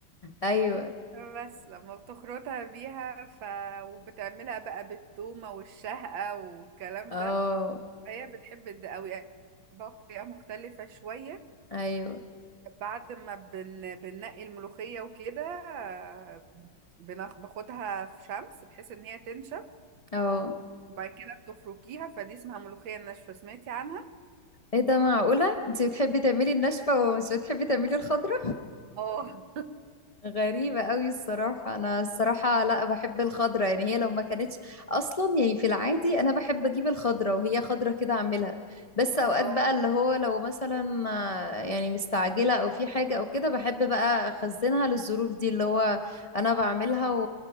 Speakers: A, on the left; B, on the right.
A: ايوه
B: <laughs> بس لما بتخرطها بيها ف وبتعملها بقى بالتومه والشهقه والكلام
A: اه
B: ده هي بتحب ده قوي بطريقه مختلفه شويه
A: ايوه
B: بعد ما بن... بننقي الملوخية وكده آه، بناخ... باخدها في شمس بحيث ان هي تنشف
A: اه
B: وبعد كده بتفركيها فدي اسمها ملوخية ناشفة سمعتي عنها؟
A: ايه ده معقولة انتي بتحبي تعملي الناشفة ومش بتحبي تعملي الخضرة
B: اه
A: غريبة قوي الصراحة أنا الصراحة لا بحب الخضرة يعني هي لو ما كانتش أصلا يعني في العادي أنا بحب أجيب الخضرة وهي خضرة كده أعملها بس أوقات
B: اه
A: بقى اللي هو لو مثلا آه، يعني مستعجلة أو في حاجة أو كده بحب بقى أخزنها للظروف دي اللي هو أنا بعملها و...